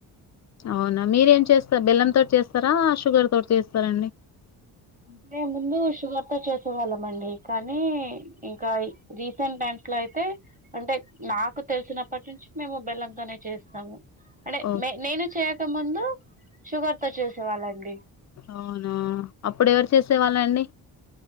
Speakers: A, on the left; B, on the right.
A: అవునా మీరేం చేస్త బెల్లం తోటి చేస్తారా షుగర్ తోటి చేస్తారండి
B: అంటే ముందు షుగర్ తో చేసేవాళ్ళం అండి కానీ ఇంకా రీసెంట్ టైమ్స్ లో అయితే అంటే నాకు తెలిసినప్పటి నుంచి మేము బెల్లంతోనే చేస్తాము. అంటే
A: ఓ
B: నేను చేయ కామందు షుగర్ తో చేసేవాళ్ళండి.
A: అవునా అప్పుడు ఎవరు చేసేవాళ్ళ అండి